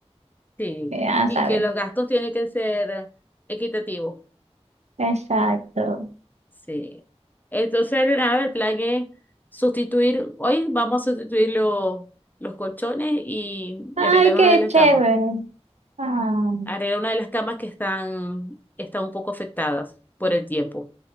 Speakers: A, on the left; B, on the right.
A: Sí,
B: Ya
A: y
B: saben.
A: que los gastos tienen que ser equitativos.
B: Exacto.
A: Sí. Entonces, nada, el plan es sustituir, hoy vamos a sustituir lo- los colchones y,
B: Ay,
A: y arreglar
B: qué
A: una de las
B: chévere.
A: camas.
B: Ah,
A: Arreglar una de las camas que están, están un poco afectadas por el tiempo.